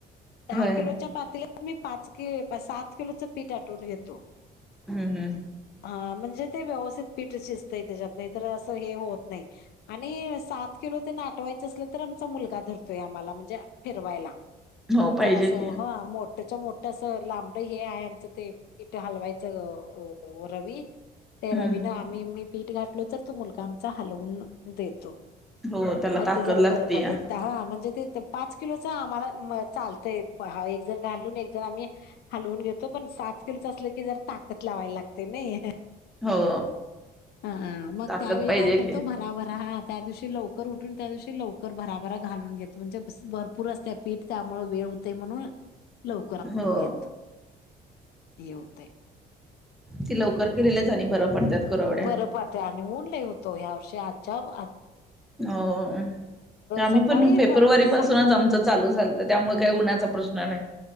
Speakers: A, on the left; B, in the centre.
A: दहा
B: होय
A: किलोच्या पातीलात मी पाच किलो, सात किलोचं पीठ आठवून घेतो.
B: हम्म, हम्म.
A: हा म्हणजे ते व्यवस्थित पीठ शिजतंय तेज्यात नायतर अस हे होत नाही आणि सात किलो तेन आठवाय असल तर आमचा मुलगा धरतोय आम्हाला म्हणजे अ फिरवायला
B: हो पाहिजे
A: जरासं
B: की
A: हा मो त्याच्या मोठ अस लांबड हे आहे आमचं ते पिठ हलवायचं अ रवी ते
B: हम्म
A: रवीन आम्ही मी पीठ घातलो तर तो मुलगा आमचा हलवून देतो.
B: हो त्याला
A: मग
B: ताकद
A: ते जरा
B: लागते
A: बरं पडतय
B: या
A: हा म्हणजे ते पाच किलो च आम्हाला म चालतय हा एक जण घालून एक जण आम्ही हलवून घेतो पण सात किलोच असलं की जर ताकद लावाय लागते नई.
B: हो.
A: हा. मग
B: ताकद
A: त्यावेळी
B: पाहिजे
A: काय करतो
B: की
A: भराभरा हा त्या दिवशी लवकर उठून त्या दिवशी लव कर भराभरा घालून घेतो म्हणजे भरपूर असतय पीठ त्यामुळ वेळ हुतय म्हणून लवकर आवरुन
B: हो
A: घेतो हे हुतय.
B: ती लवकर केलेलेच आणि बरं पडत्यात कुरवड्या
A: बरं पडतय आणि ऊन लई होत ह्यावर्षी आजब
B: होय. आम्ही
A: सकाळी
B: पण फेपूरवारी
A: म्हणजे सहा
B: पासूनच आमचं चालू झालत त्यामुळ काय उन्हाचा प्रश्न नाही.